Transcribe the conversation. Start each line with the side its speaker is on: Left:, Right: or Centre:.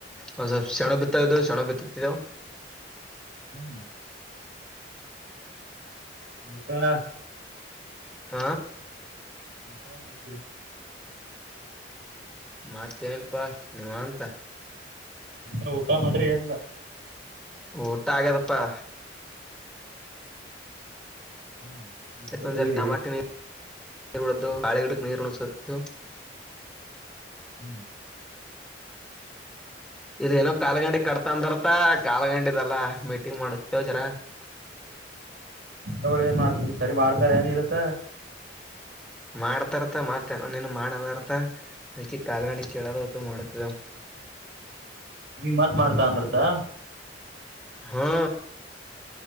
Centre: ಒಂದ ಸ್ವಲ್ಪ್ ಸೆಣು ಬಿತ್ತ. ಸೆಣಬು ಬಿಟ್ಟುತೆವ್.
Right: ಹ್ಮ್ <unintelligible>
Centre: ಹ
Right: <unintelligible>
Centre: ಮತ್ತೆೇಲ್ಪಾ ನೀವ ಅಂತ.
Right: ಊಟ ಊಟ ಮಾಡ್ರಿ ಏನಂದ.
Centre: ಊಟ ಆಗ್ಯದಪ್ಪಾ.
Right: ಹ್ಮ ಈಗ
Centre: ಆಯ್ತ್
Right: ಹೊಲಕ್
Centre: ಒಂದ
Right: ಹೋಗಿದಿ
Centre: ಟಮಾಟೆ ನೀಡ ಬೆಳೆಗಿಡಕ್. ನೀರು ಉಣಸಿತವ್.
Right: ಹ್ಮ್
Centre: ಇದು ಎನೋ ಕಾಲ್ಗಂಡಿ ಕಟ್ತಂದರ್ತ ಕಾಲ್ಗಂಡಿದಲ್ಲ ಮೀಟಿಂಗ್ ಮಾಡವ ಜರ.
Right: ಅವಳ ಏನ್ ಮಾಡ್ತವಿ ಸರಿ ಮಾಡ್ತಾರ ಏನ್ ಇಲತ್ತ.
Centre: ಮಾಡ್ತಾರತ ಮತ್ತೆನ ನೀನು ಮಾಡದಾರ್ಥ. ಅದ್ಕೆ ಕಾಲ್ಗಂಡಿ ಕೇಳದ ಹೊತ್ತು ಮಾಡತ.
Right: ನೀವ್ ಮತ್ ಮಾಡ್ತಾ ಅಂದ್ರತಾ.
Centre: ಹಾ